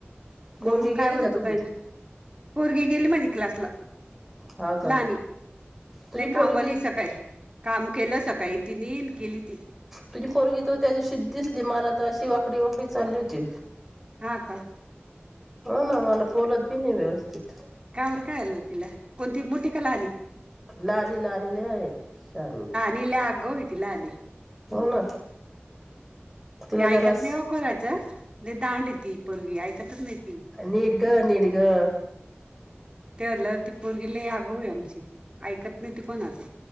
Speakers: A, in the centre; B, on the right.
A: पोरगी
B: बघू
A: गेली
B: काय म्हणतो
A: का तुझी
B: काही ना पोरगी गेली माझी क्लासला
A: हा का
B: लहणी
A: तुझी
B: लईक
A: पोरगी
B: आबवली सकाळी काम केलं सकाळी तिने केली ती
A: तुझी पोरग तर त्या दिवशी दिसली मला आता अशी वाकडी वाकडी चालली होती
B: हा का
A: हो ना मला बोलत बी नाही व्यवस्थित
B: कावर काय आलं तिला कोणती मोठी कला आणि <unintelligible>
A: लाणी लणीले आहेई सणी <unintelligible>
B: ती लय आगाऊ ती लाली,
A: ना तिला
B: ऐकत
A: जरास
B: नाही को राज दांड येती पगी ऐकतच नाही ती
A: नीड ग नीड ग
B: ते आलं ती पोरगिले आगऊ आमची ऐकत नाही ती कोणाचं